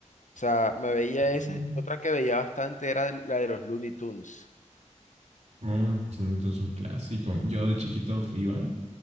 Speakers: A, on the left (about 75°); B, on the right (about 60°).
A: O sea, me veía
B: Mm.
A: esa. Otra que veía bastante era la de los Looney Tunes.
B: Oh, los sonidos son un clásico. Yo de chiquito iba,